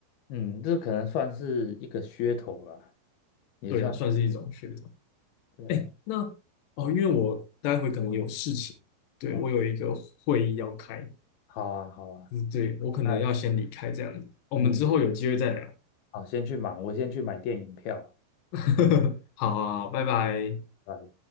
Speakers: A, on the left; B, on the left.
A: 嗯，这可能算是一个噱头啦，也算是
B: 对啊，算是一种噱头。
A: 对啊。
B: 哎，那哦，因为我待会可能有事情，对，
A: 哦，
B: 我有一个会议要开，
A: 好啊，好啊，
B: 嗯，对，我可能要先离开这样子，
A: 那
B: 我们之后有机会再聊。
A: 你就好，先去忙，我先去买电影票。
B: <laughs> 好好好，拜拜。
A: 拜拜。